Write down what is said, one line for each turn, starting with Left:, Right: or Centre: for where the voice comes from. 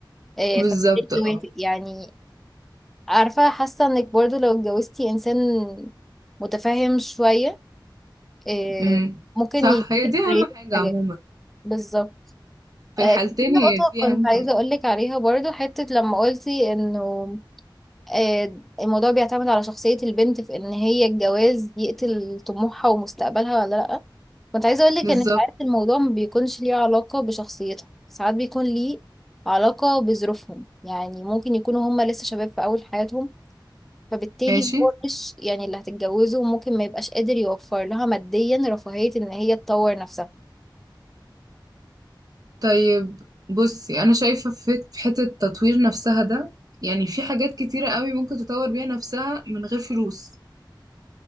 Centre: آه،
Right: بالظبط
Centre: فبالتالي
Right: اه
Centre: يوافق يعني عارفه حاسه انك برضو لو اتجوزتي انسان متفاهم شويه آه،
Right: امم
Centre: ممكن
Right: صح
Centre: يديكي
Right: هي دي اهم
Centre: حريه
Right: حاجة
Centre: في حاجات
Right: عموما
Centre: بالظبط
Right: في
Centre: آه،
Right: الحالتين
Centre: دي
Right: هي
Centre: نقطة
Right: دي
Centre: كنت
Right: اهم حاجة
Centre: عايزة أقولك عليها برضو حتة لما قلتي إنه آه، الموضوع بيعتمد على شخصية البنت في إن هي الجواز يقتل طموحها ومستقبلها ولا لأ كنت عايزة أقولك
Right: بالظبط
Centre: إن ساعات الموضوع ما بيكونش ليه علاقة بشخصيتهم ساعات بيكون ليه علاقة بظروفهم يعني ممكن يكونوا هما لسه شباب في أول حياتهم فبالتالي
Right: ماشي
Centre: هو مش يعني اللي هتتجوزه ممكن ما يبقاش قادر يوفر لها ماديا رفاهية إن هي تطور نفسها
Right: طيب بصي انا شايفه في في حته التطوير نفسها ده يعني في حاجات كتيره قوي ممكن تطور بيها نفسها من غير فلوس